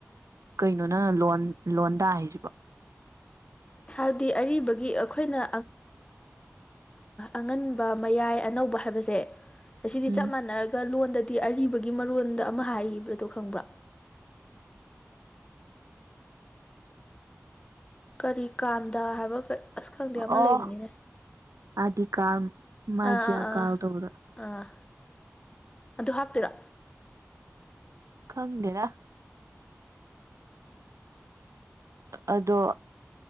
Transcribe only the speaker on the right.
ꯀꯩꯅꯣ ꯅꯪ ꯂꯣꯟ ꯂꯣꯟ ꯇꯥ ꯍꯥꯏꯁꯤꯕꯣ
ꯎꯝ
ꯑꯣ
ꯑꯥꯗꯤꯀꯥꯜ ꯃꯥꯗꯤꯌꯥ
ꯀꯥꯜ ꯇꯧꯕꯗꯣ
ꯈꯪꯗꯦꯔ ꯑꯗꯣ